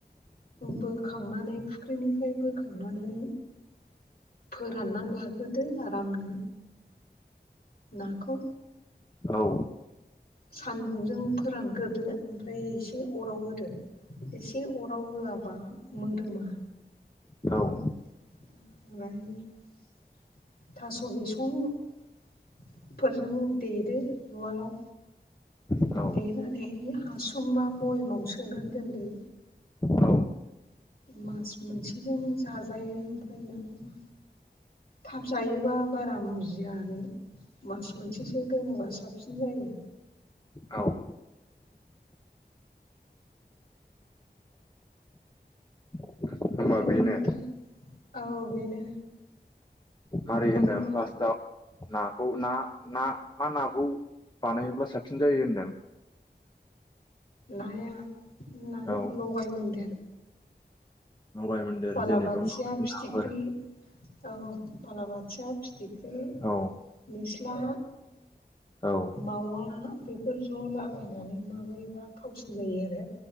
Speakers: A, on the left; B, on the left.
A: बोखांनानै ओंख्रिनिफ्राय बोखांनानै फोराननानै लाग्रोदो आरामनो नाखौ
B: औ
A: सानदुंजों फोरानग्रोदो ओमफ्राय एसे अराव होदो एसे अराव होआबा मोदोमा
B: औ
A: <unintelligible> थास' बिसंफोरजों देेदो उवालाव
B: औ
A: देनानै हासंबा बयेमाव सोनानै दोनदो
B: औ
A: मास मोनसेजों जाजायो ओमफ्राय नाफामा थाब जायोबा बारा मुजिया आरो मास मोनसेसो दोनोबा साबसिन जायो
B: औव होमबा
A: ओमफ्राय
B: बेनो
A: नोंथां औव बेनो
B: मारै
A: आरो
B: होनदों
A: मा
B: फारसथाव नाखौ ना ना मा नाखौ बानायोब्ला साबसिन जायो होनदों
A: नाया ना
B: औ
A: लगाय मोनदेर
B: लगाय मोन्देर
A: बालाबाथिया
B: जेनेबा माबायदि
A: फिथिख्रि
B: नाफोर
A: औव बालाबाथिया फिथिख्रि
B: औ
A: निस्ला
B: औ
A: मावा बेफोर ज' लागायनानै माबायोबा थावसिन जायो आरो